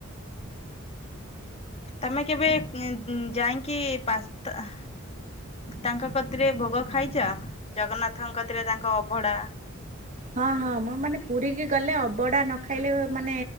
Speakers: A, on the left; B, on the right.
A: ତମେ କେବେ ଉଁ- ଉଁ ଯାଇଁକି ପାସ୍ତା ତାଙ୍କ କତିରେ ଭୋଗ ଖାଇଚ ଜଗନ୍ନାଥଙ୍କ କତିରେ ତାଙ୍କ ଅଭଡା?
B: ହଁ -ହଁ ମୁଁ ମାନେ ପୁରୀ କି ଗଲେ ଅବଢ଼ା ନ ଖାଇଲେ ମାନେ